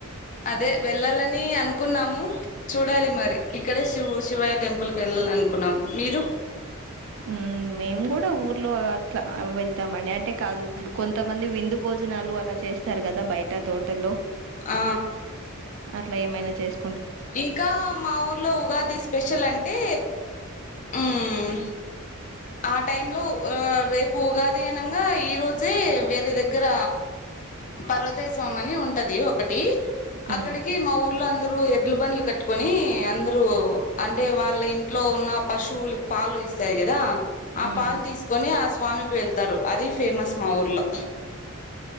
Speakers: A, on the left (about 35°); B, on the right (about 60°).
A: అదే వెళ్ళాలని అను అనుకున్నాము చూడాలి మరి ఇక్కడే శి శివయ్య టెంపుల్ కి వెళ్ళాలి అనుకున్నాము మీరు
B: హ మేము కూడా ఊర్లో అట్లా వెళ్తామండి అంటే కాదు కొంతమంది విందు బొ భోజనాలు అలా చేస్తారు కదా బయట తోటల్లో
A: ఆ
B: అట్లా ఏమైనా చేసు
A: ఇంకా మా ఊర్లో ఉగాది స్పెషల్ అంటే హ్మ్మ్ ఆ టైమ్ లో రేపు ఉగాది అనంగా ఈ రోజే వేరే దగ్గర పర్వతేస్వామి అనీ ఉంటది ఒకటి
B: ఉమ్
A: అక్కడికి మా ఊర్లో అందరు ఇడ్లు బండ్లు కట్టుకొని అందరూ అంటే వాళ్ళ ఇంట్లో ఉన్న పశువుల పాలు ఇస్తాయి కదా ఆ
B: ఉమ్
A: పాలు తీసుకొని ఆ స్వామికి వెళ్తారు అది ఫేమస్ మా ఊర్లో